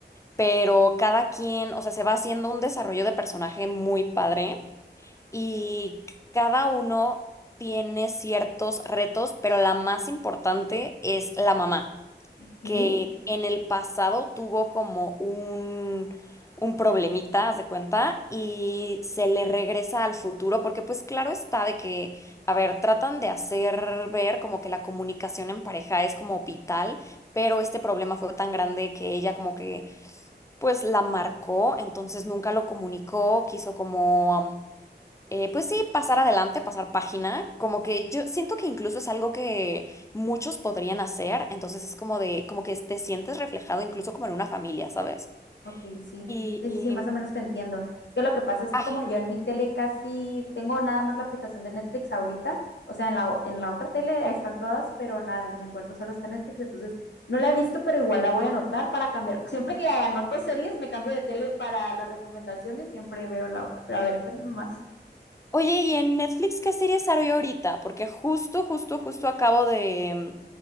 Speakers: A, on the left; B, on the left.
A: pero cada quien, o sea, se va haciendo un desarrollo de personaje muy padre y cada uno tiene ciertos retos, pero la más importante es la mamá.
B: Ok.
A: que en el pasado tuvo como un, un problemita, haz de cuenta, y se le regresa al futuro, porque pues claro está de que, a ver, tratan de hacer ver como que la comunicación en pareja es como vital, pero este problema fue tan grande que ella como que pues la marcó, entonces nunca lo comunicó, quiso como eh, pues sí, pasar adelante, pasar página, como que yo siento que incluso es algo que muchos podrían hacer, entonces es como de, como que te sientes reflejado incluso como en una familia, ¿sabes?
B: Ok, sí, sí,
A: Y,
B: sí,
A: y-
B: sí, más o menos te entiendo. Es que lo que pasa es que
A: ajá.
B: como yo en mi tele casi tengo nada más la aplicación de Netflix ahorita, o sea, en la, o- en la otra tele ahí están todas, pero en la de mi cuarto solo está Netflix, entonces no la he visto, pero igual la voy a anotar para cambiar. <laughs> Siempre que anoto series, me cambio de tele para las recomendaciones, siempre veo en la otra. Pero a ver, cuéntame más.
A: Oye, ¿y en Netflix qué series hay ahorita? Porque justo, justo, justo acabo de,